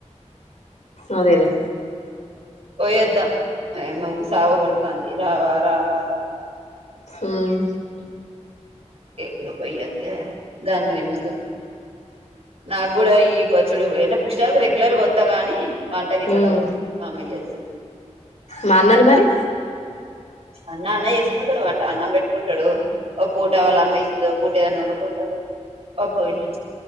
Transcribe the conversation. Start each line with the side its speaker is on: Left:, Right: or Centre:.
Left: అదేలే
Right: పోయొద్దా మాకు సావ గోడుతంది రావా రావా రావా
Left: ఉమ్
Right: ఇంగ పొయ్యిత్తే దాన్ని తిడతారు నాకు కూడా ఈ పచ్చడు ఎంన బుక్ ష్టాలుకు రెగ్యులర్గోత్తాగాని వంట
Left: ఉమ్
Right: గీట్లా తప్పుద్ది అమె చేస్తది
Left: మాన్నాని మరి
Right: అన్న అన్న చేసుకుంటాడు వంట అన్నం పెట్టుకుంటాడు ఒక పూట వాళు అమ్మ ఇస్తు పూట ఏదనా వండుకుంటాడు అబ్బో ఇలా